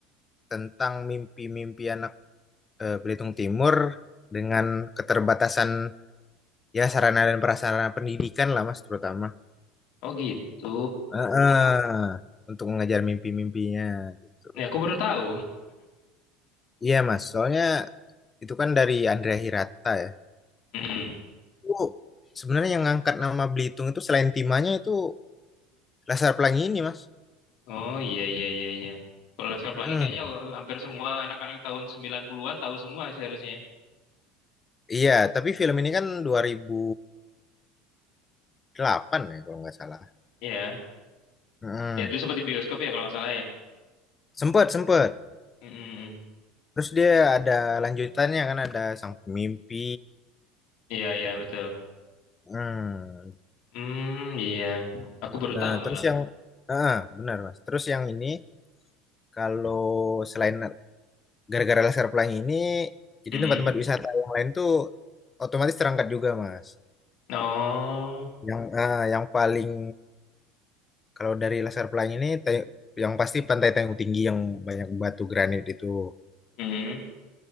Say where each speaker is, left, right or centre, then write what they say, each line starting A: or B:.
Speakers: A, on the left (about 20°); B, on the left (about 65°).
A: tentang mimpi-mimpi anak eh, Belitung Timur dengan keterbatasan ya sarana dan prasarana pendidikan lah Mas terutama
B: Oh gitu.
A: Eh, eh, untuk mengejar mimpi-mimpinya gitu.
B: Ya aku baru tahu.
A: Iya Mas, soalnya itu kan dari Andrea Hirata ya.
B: <laughs> Mm-mm.
A: Itu sebenarnya yang ngangkat nama Belitung itu selain Timanya itu Laskar Pelangi ini Mas.
B: Oh iya iya iya iya. Kalau Laskar Pelangi
A: Mm-mm.
B: kayaknya eh, hampir semua anak-anak tahun 90-an tahu semua sih harusnya.
A: Iya, tapi film ini kan dua ribu delapan ya kalau nggak salah.
B: Iya.
A: Mm.
B: Ya dulu sempat di bioskop ya kalau nggak salah ya.
A: Sempet, sempet.
B: Mm, mm, mm.
A: Terus dia ada lanjutannya kan ada Sang Pemimpi,
B: Iya iya betul.
A: Hmm.
B: Hmm iya. Aku baru
A: Nah,
B: tahu malah.
A: terus yang ah, benar Mas. Terus yang ini kalau selain gara-gara laser pelangi ini jadi
B: Mm.
A: tempat-tempat wisata yang lain tuh otomatis terangkat juga Mas.
B: Oh.
A: Yang ah, yang paling kalau dari laser pelangi ini Tay- yang pasti Pantai Tanjung Tinggi yang banyak batu granit itu.
B: Mm.